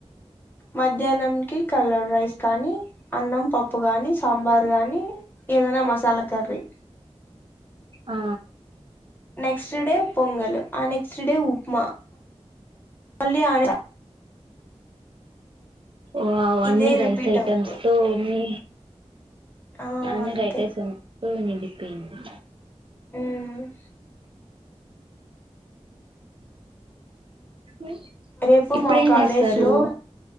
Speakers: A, on the left (about 15°); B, on the right (about 50°).
A: మధ్యాహ్నం కి కలర్ రైస్ కానీ అన్నం పప్పు గానీ సాంబారు గానీ ఏదైనా మసాలా కర్రీ
B: ఆ
A: నెక్స్ట్ డే పొంగల్ ఆ నెక్స్ట్ డే ఉప్మా మళ్ళీ ఆ
B: వావ్ అన్ని
A: ఇదే
B: రైస్
A: రిపీట్
B: ఐటెమ్స్
A: అవుద్ది
B: తో మీ
A: ఆ
B: అన్నీ
A: అంతే
B: రైస్ ఐటమ్స్ తో నిండిపోయింది
A: హ్మ్
B: ఉమ్,
A: రేపు
B: ఇప్పుడేం
A: మా కాలేజ్
B: చేస్తారు
A: లో